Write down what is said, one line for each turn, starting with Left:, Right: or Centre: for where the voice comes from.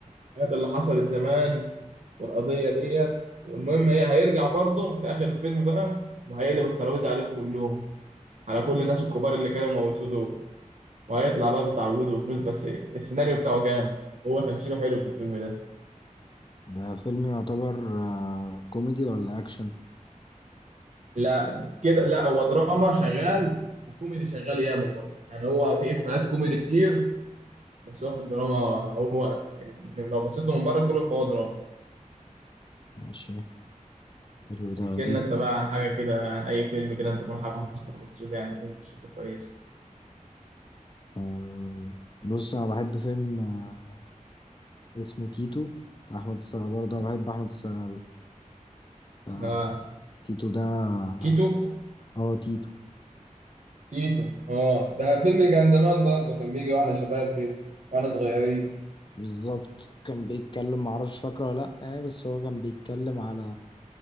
Right: الحاجات اللي حصلت زمان والقضية ديت والمهم هي هيرجع برضه في آخر الفيلم بقى وهيقلب الترابيزة عليهم كلهم على كل الناس الكبار اللي كانوا موتوه دول وهيطلع بقى بتعويض وفلوس بس إيه السيناريو بتاعه جامد وهو تمثيله حلو في الفيلم ده
Left: ده فيلم يعتبر آه، كوميدي ولا اكشن
Right: لا كده لا هو دراما شغال وكوميدي شغال ياما برضه يعني هو في إفيهات كوميدي كتير بس هو في الدراما هو ال- لو بصيت له من بره كله فهو دراما
Left: ماشي حلو ده
Right: احكي
Left: غريب
Right: لنا انت بقى عن حاجة كده عن أي فيلم كده انت تكون حافظ تفاصيله يعني تكون قصته كويسة
Left: آم، بص انا بحب فيلم آه، اسمه تيتو بتاع احمد السقا برضه انا بحب احمد السقا آه،
Right: اه
Left: تيتو ده اه
Right: كيتو
Left: آه، تيتو
Right: تيتو اه ده فيلم كان زمان برضه كان بيجي واحنا شباب كده واحنا صغيرين
Left: بالظبط كان بيتكلم معرفش فاكره ولا لأ يعني بس هو كان بيتكلم على